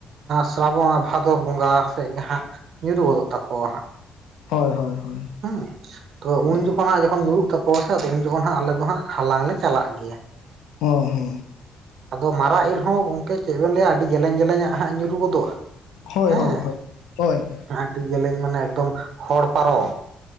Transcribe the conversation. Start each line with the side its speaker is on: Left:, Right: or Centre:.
Right: ᱥᱨᱟᱵᱚᱱ ᱟᱨ ᱵᱷᱟᱫᱚᱨ ᱵᱚᱸᱜᱟ ᱛᱮᱜᱮ ᱦᱟᱸᱜ ᱧᱩᱨᱩᱜ ᱜᱚᱫᱚᱜ ᱛᱟᱠᱚᱣᱟ ᱦᱟᱸᱜ
Left: ᱦᱳᱭ ᱦᱳᱭ ᱦᱳᱭ
Right: ᱦᱩᱸ ᱛᱚ ᱩᱱ
Left: ᱦᱚᱸ
Right: ᱡᱚᱠᱷᱚᱱ ᱦᱟᱸᱜ ᱡᱚᱠᱷᱚᱱ ᱧᱩᱨᱩᱜ ᱛᱟᱠᱚᱣᱟ ᱥᱮ ᱩᱱ ᱡᱚᱠᱷᱚᱱ ᱦᱟᱜ ᱟᱞᱮ ᱫᱚ ᱦᱟᱸᱜ ᱦᱟᱞᱟᱝ ᱞᱮ ᱪᱟᱞᱟᱜ ᱜᱮᱭᱟ
Left: ᱚ ᱦᱚ
Right: ᱟᱫᱚ ᱢᱟᱨᱟᱜ ᱤᱞ ᱦᱚᱸ ᱜᱚᱝᱠᱮ ᱪᱮᱫ ᱵᱮᱱ ᱞᱟᱹᱭᱟ ᱟᱹᱰᱤ ᱡᱮᱞᱮᱧ ᱡᱮᱞᱮᱧᱟᱜ ᱦᱟᱸᱜ ᱧᱩᱨᱩ ᱜᱚᱫᱚᱜᱼᱟ
Left: ᱦᱳᱭ
Right: ᱦᱮᱸ
Left: ᱦᱳᱭ ᱦᱳᱭ ᱦᱳᱭ
Right: ᱟᱹᱰᱤ ᱡᱮᱞᱮᱧ ᱢᱟᱱᱮ ᱮᱠᱫᱚᱢ ᱦᱚᱲ ᱯᱟᱨᱚᱢ